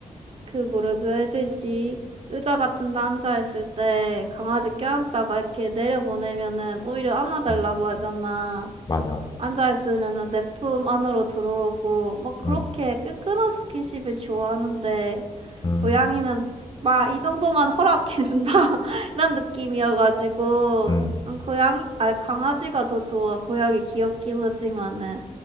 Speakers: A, on the right; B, on the left.
A: 그 뭐라고 해야 되지? 의자 같은 데 앉아있을 때 강아지 껴안다가 이렇게 내려보내면은 오히려 안아달라고
B: 응,
A: 하잖아.
B: 맞아.
A: 앉아있으면은 내 품 안으로 들어오고, 막 그렇게
B: 응,
A: 끈끈한 스킨십을 좋아하는데,
B: 음,
A: 고양이는 막 이 정도만 허락해준다? <laughs> 이런 느낌이어가지고,
B: 음,
A: 난 고양, 아, 강아지가 더 좋아. 고양이 귀엽긴 하지만은.